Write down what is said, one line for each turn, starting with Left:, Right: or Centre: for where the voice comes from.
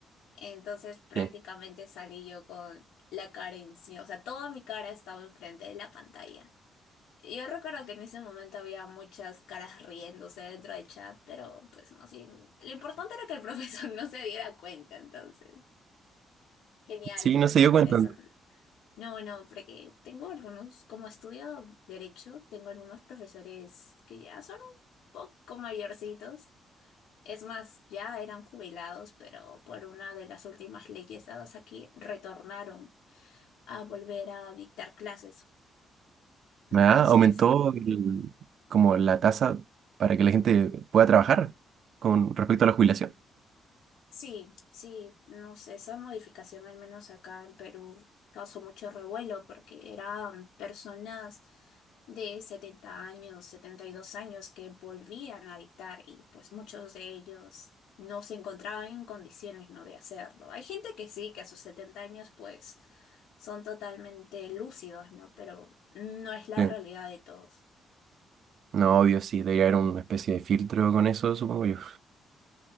Left: Entonces prácticamente
Right: Sí,
Left: salí yo con la cara encima, o sea, toda mi cara estaba enfrente de la pantalla. Yo recuerdo que en ese momento había muchas caras riéndose dentro del chat, pero pues más bien, lo importante era que el profesor <laughs> no se diera cuenta, entonces, genial
Right: Sí,
Left: con,
Right: no se dio
Left: con
Right: cuenta.
Left: eso.
Right: ¿no?
Left: No, no, porque tengo algunos, como estudio derecho, tengo algunos profesores que ya son un poco mayorcitos. Es más, ya eran jubilados, pero por una de las últimas leyes dadas aquí, retornaron a volver a dictar clases. Entonces,
Right: Ah, Aumentó el- como la tasa para que la gente pueda trabajar con respecto a la jubilación.
Left: Sí, sí, no sé, esa modificación al menos acá en Perú causó mucho revuelo porque eran personas de 70 años, 72 años que volvían a dictar y pues muchos de ellos no se encontraban en condiciones, ¿no? de hacerlo. Hay gente que sí, que a sus 70 años pues son totalmente lúcidos, ¿no? Pero no es la
Right: Sí.
Left: realidad de todos.
Right: No, obvio, sí, debe haber una especie de filtro con eso, supongo yo.